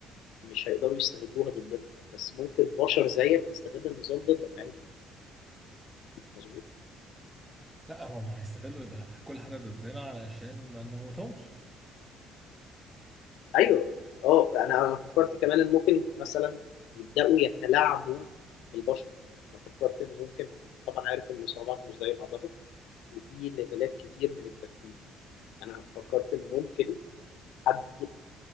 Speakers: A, on the left (about 75°); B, in the centre.
A: مش هيقدروا يستغلوها ضدنا بس ممكن بشر زيك يستغل النظام ضدك يعني مظبوط
B: لا هم هيستغلوا يبقى كل حاجة ضدنا علشان ما نموتهمش
A: ايوه اه انا أنا فكرت كمان ان ممكن مثلا يبداوا يتلاعبوا بالبشر انا فكرت ان ممكن طبعا عارف ان الصعوبات مش زي بعضها وفي ليفلات كتير من التفكير انا فكرت ان ممكن حد